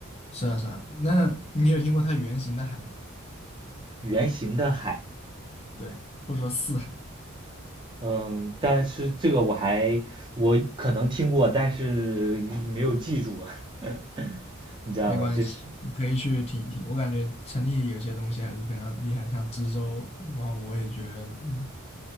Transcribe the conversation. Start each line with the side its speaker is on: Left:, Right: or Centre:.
Left: 是啊是啊，那你有听过他原型的海吗？
Right: 圆形的海，
Left: 对，或者说四。
Right: 嗯，但是这个我还我可能听过，但是没有记住啊，<laughs> 你知道吧？
Left: 没关系，
Right: 就是。
Left: 你可以去听一听。我感觉城里有些东西还是非常厉害，像知州，然后我也觉得，嗯，